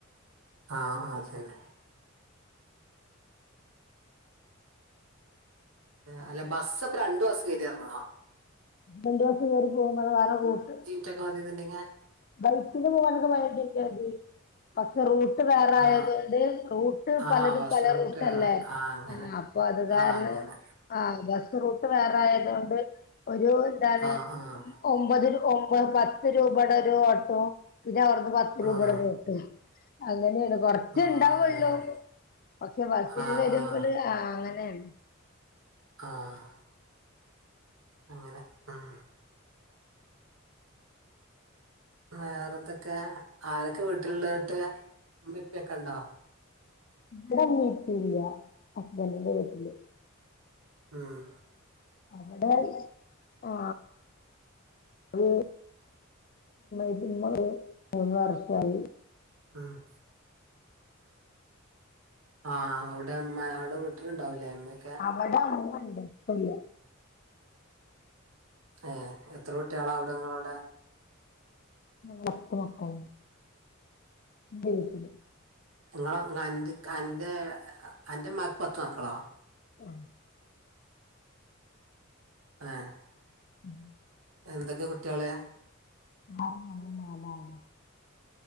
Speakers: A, on the right; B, on the left.
A: ആഹ് ആഹ് അതെല്ലേ അല്ല ബസ് അപ്പ രണ്ട് ബസ് കേറി ഇറങ്ങണോ
B: രണ്ട് ബസ്സ് കേറി <unintelligible>
A: ഒറ്റക്ക് മതിയെന്നുണ്ടെങ്കി
B: ബൈക്കിന് പോവാനൊക്കെ <unintelligible> പക്ഷെ റൂട്ട് വേറെ
A: ആഹ്
B: ആയതോണ്ട് റൂട്ട്
A: ആഹ്
B: പലതും
A: ബസ്
B: പല
A: റൂട്ട്
B: റൂട്ടല്ലേ
A: വേറെ ആഹ് അങ്ങനെ
B: അപ്പ അത് കാരണം
A: ആഹ് അങ്ങനെ
B: ആഹ് അല്ലാത്ത റൂ ട്ട് വേറായാതു കൊണ്ട് ഒരു എന്താണ്
A: ആഹ് ആഹ്
B: ഒമ്പത് ഒമ്പത് പത്ത് രൂപയുടെ ഒരു ഓട്ടോ പിന്നെ അവിർന്ന് പ <unintelligible>
A: ആഹ്
B: അങ്ങനെയാണ് റച്ചേ
A: ആഹ്
B: ഇണ്ടാവൊള്ളൂ
A: അതാണ്
B: പക്ഷെ ബസ്സിന്
A: ആഹ്
B: വരുമ്പോള്
A: ആഹ്
B: ആ അങ്ങനെയാണ്
A: ആഹ് അങ്ങനെ ഉം വേറെ എന്തൊക്കെ ആരൊക്കെ വീട്ടിലുള്ളത് ട്ട് ഉമ്മിപ്പൊക്കെ ഉണ്ടോ
B: ഇവടെ ഉമ്മീം ഉപ്പേം ഇല്ല ഹസ്ബന്റിന്റെ വീട്ടില്
A: ആഹ്
B: അവിടെ ആ <inaudible> ഇതി <inaudible> മൂന്ന് വർഷായി
A: ആഹ് ആഹ് അവിടെ ഇമ്മ അവിടെ വീട്ടിലുണ്ടാവുലേ ഇമ്മക്കെ
B: അവിടെ ഉമ്മണ്ട് ഇപ്പല്ല
A: ഏഹ് എത്ര കുട്ടിയളാ അവിടെ ഇങ്ങളവിടെ
B: പത്ത് മക്കള് <inaudible>
A: നിങ്ങളെന്റെ അന്റെ അന്റെ മക്ക് പത്ത് മക്കളോ
B: ആഹ്
A: ആഹ്
B: ഉം
A: എന്തൊക്കെ കുട്ടിയള്
B: <unintelligible> നാലാണ്